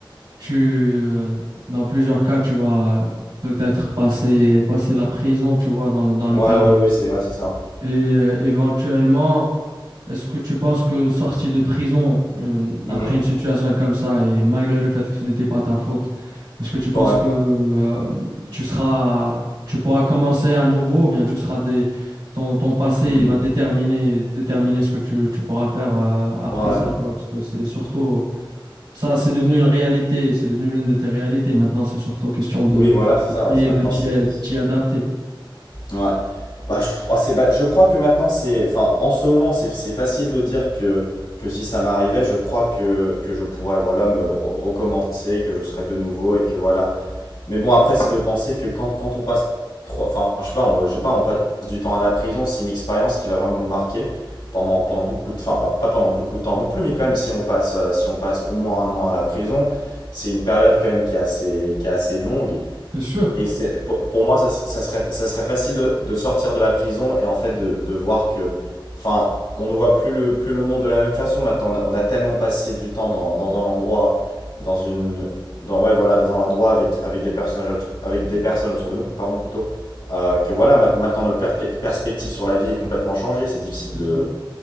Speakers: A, on the right; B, on the left.
A: tu, euh, dans plusieurs cas, tu vas euh, peut-être passer, passer la prison, tu vois, dans, le- dans l'hyper
B: ouais, ouais, ouais, c'est ouais, c'est ça.
A: Et euh, éventuellement, est-ce que tu penses que sorti de prison euh,
B: Mhm,
A: après une situation comme ça et malgré le fait que ce n'était pas ta faute, est-ce que tu penses
B: ouais,
A: que euh, tu seras, tu pourras commencer à nouveau ou bien tu seras des, ton, ton passé
B: mhm,
A: il va déterminer, déterminer ce que tu, tu pourras faire euh, après
B: ouais,
A: ça, tu vois, parce que c'est surtout ça, c'est devenu une réalité, c'est devenu l'une de tes réalités. Maintenant, c'est surtout question de
B: oui, voilà, c'est ça, ouais,
A: et
B: c'est- maintenant,
A: de t'y
B: c'est. c'est-
A: t'y adapter.
B: Ouais, bah, je, oh, c'est, bah, je crois que maintenant, c'est. Enfin, en ce moment, c'est c'est facile de dire que, que si ça m'arrivait, je crois que, que je pourrais, voilà, me re- recommencer, que je serais de nouveau et que voilà. Mais bon, après, c'est de penser que quand, quand on passe trois, enfin, je sais pas, on, je sais pas, on passe du temps à la prison, c'est une expérience qui va vraiment nous marquer pendant, pendant beaucoup de, enfin, pas, pas pendant beaucoup de temps non plus, mais quand même, si on passe, euh, si on passe au moins un an à la prison, c'est une période quand même qui est assez, qui est assez longue
A: C'est sûr,
B: et c'est, pour, pour moi, ça, s- ça serait, ça serait facile de, de sortir de la prison et en fait de, de voir que, enfin, on ne voit plus le, plus le monde de la même façon maintenant. On a, on a tellement passé du temps dans, dans un endroit, dans une, dans, ouais, voilà, dans un endroit avec, avec des personnages, auto- avec des personnes autour de nous, pardon, plutôt, euh, que voilà, mat- maintenant notre per- perspective sur la vie est complètement changée. C'est difficile
A: c'est
B: de,
A: sûr,